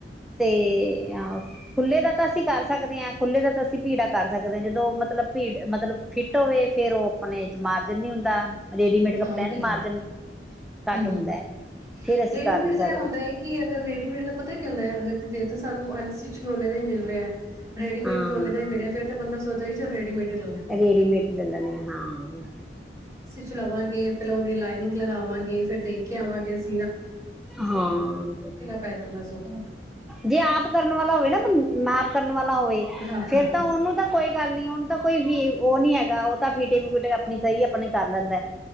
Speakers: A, in the centre; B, on the right.
A: ਤੇ ਖੁੱਲੇ ਦਾ ਤਾਂ ਅਸੀਂ ਕਰ ਸਕਦੇ ਆ, ਖੁੱਲੇ ਦਾ ਤਾਂ ਅਸੀਂ ਭੀੜਾ ਕਰ ਸਕਦੇ ਆ, ਜਦੋਂ ਮਤਲਬ ਭੀੜ ਮਤਲਬ ਫਿੱਟ ਹੋਵੇ ਫੇਰ ਉਹ ਆਪਣੇ ਚ ਮਾਰਜਨ ਨੀ ਹੁੰਦਾ। ਰੇਡੀਮੇਡ ਕੱਪੜਿਆਂ
B: ਹਾਂ ਉਹ ਤੇ
A: ਚ
B: ਹੈ
A: ਮਾਰਜਨ ਘੱਟ
B: ਹੂੰ
A: ਹੁੰਦਾ
B: ਹ
A: ਹੈ ਫੇਰ ਅਸੀਂ
B: ਰੇਡੀਮੇਡ
A: ਕਰ ਨੀ ਸਕਦੇ
B: ਦਾ ਇਹ ਹੁੰਦਾ ਹੈ ਕਿ ਅਗਰ ਰੇਡੀਮੇਡ ਦਾ ਪਤਾ ਕੀ ਹੁੰਦਾਗਰੇ ਸਾਨੂੰ ਕੁਛਝਨੇ ਦਾ ਹੀ ਮਿਲ ਰਿਹਾ <unintelligible> ਰੇਡੀਮੇਡ
A: ਹਾਂ
B: ਵੀ ਉਹਨਾਂ ਦੇ ਮਿਲਿਆ ਫੇਰ ਤੇ ਬੰਦਾ ਸੋਚਦਾ ਹੀ ਚੱਲ ਰੇਡੀਮੇਡ <inaudible>
A: ਰੇਡੀਮੇਡ ਹੀ ਲੈ ਲੈਣੇ ਹਾਂ
B: ਚ ਲਵਾਂਗੇ, ਪਹਿਲਾਂ ਉਹਦੀ ਲਾਈਨਿੰਗ ਲਗਾਵਾਂਗੇ, ਫ਼ੇਰ ਦੇਖ ਕੇ ਆਵਾਂਗੇ ਅਸੀਂ
A: ਹਾਂ
B: ਪੈ ਜਾਂਦਾ ਸਗੋਂ
A: ਜੇ ਆਪ ਕਰਨ ਵਾਲ਼ਾ ਹੋਵੇ ਨਾ ਬੰ ਮਾਰਕਰ ਕਰਨ ਵਾਲਾ ਹੋਵੇ,
B: ਹਾਂ ਹਾਂ
A: ਫੇਰ
B: ਹਾਂ
A: ਤਾਂ ਉਹਨੂੰ ਤਾਂ ਕੋਈ ਗੱਲ ਨਹੀਂ, ਉਹਨੂੰ ਤਾਂ ਕੋਈ ਫੀ ਉਹ ਨੀ ਹੈਗਾ, ਉਹ ਤਾਂ ਫੀਟਿੰਗ ਫੂਟਿੰਗ ਆਪਣੀ ਸਈ ਆਪਣੀ ਕਰ ਲੈਂਦਾ।